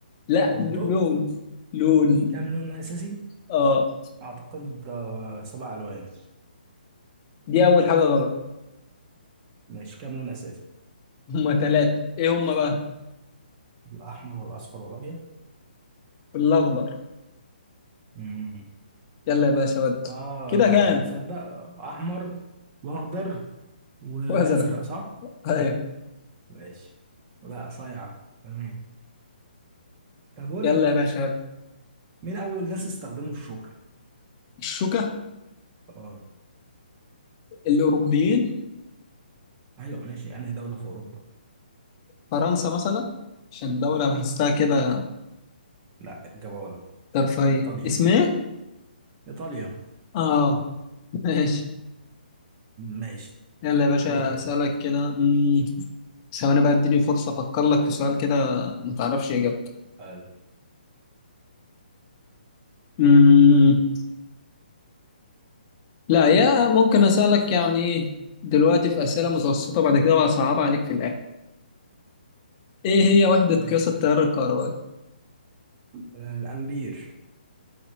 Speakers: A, on the left; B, on the right.
A: لا
B: الضوء
A: ل- لون لون
B: كام لون اساسي
A: اه
B: اعتقد آه، سبع الوان
A: دي اول حاجة غلط
B: ماشي كام لون اساسي
A: هما ثلاثة ايه هما بقى
B: الاحمر والاصفر والابيض
A: الاخضر
B: امم
A: يلا يا باشا ود
B: اه
A: كده كام
B: تصدق احمر واخضر وازرق
A: وازرق
B: صح
A: ايوه
B: ماشي لا صايعة تمام طب قول
A: يلا
B: لي بقى
A: يا باشا ود.
B: مين اول ناس استخدموا الشوكه
A: الشوكة
B: اه
A: الاوروبيين
B: ايوه ماشي انهي دوله في اوروبا
A: فرنسا مثلا عشان دولة بحسها كده
B: لا اجابه غلط
A: ترفيه
B: ايطاليا
A: اسمه ايه
B: ايطاليا
A: اه ماشي
B: ماشي
A: يلا يا باشا
B: دورك
A: اسالك كده مم، ثواني بقى اديني فرصه افكر لك في سؤال كده ما تعرفش اجابته
B: حلو
A: مم، لا يا ممكن اسالك يعني دلوقتي في اسئله متوسطه بعد كده بقى صعبه عليك في الاخر ايه هي وحده
B: ماشي
A: قياس التيار الكهربائي <laughs>
B: آه، الامبير